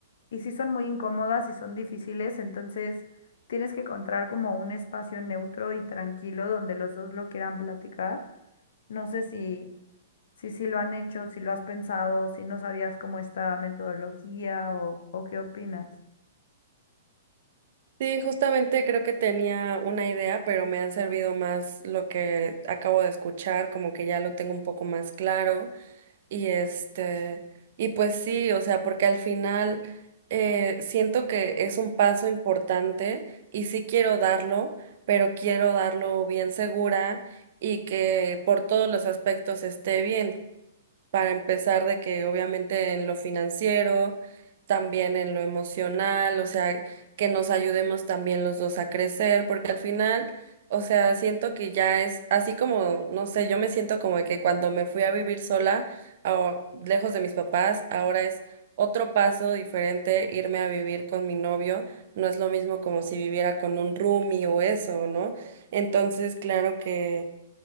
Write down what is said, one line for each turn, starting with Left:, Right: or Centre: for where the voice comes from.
Left: y sí son muy incómodas y son difíciles, entonces tienes que encontrar como un espacio neutro y tranquilo donde los dos lo quieran platicar. No sé si, si, sí lo han hecho, si lo has pensado, si no sabías cómo esta metodología o, o qué opinas.
Right: Sí, justamente creo que tenía una idea, pero me han servido más lo que acabo de escuchar, como que ya lo tengo un poco más claro. Y este, y pues sí, o sea, porque al final eh, siento que es un paso importante y sí quiero darlo, pero quiero darlo bien segura y que por todos los aspectos esté bien para empezar de que obviamente en lo financiero, también en lo emocional, o sea, que nos ayudemos también los dos a crecer, porque al final, o sea, siento que ya es así como, no sé, yo me siento como de que cuando me fui a vivir sola, a- lejos de mis papás, ahora es otro paso diferente irme a vivir con mi novio, no es lo mismo como si viviera con un roomie o eso, ¿no? Entonces, claro que